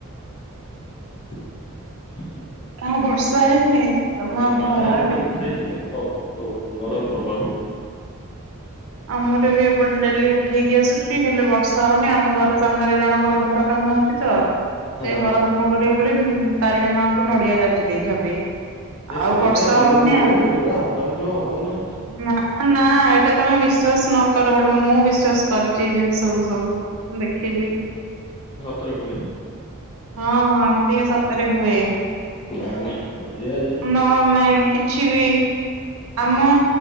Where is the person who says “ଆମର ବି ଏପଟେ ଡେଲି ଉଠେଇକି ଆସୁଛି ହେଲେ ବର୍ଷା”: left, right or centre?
Right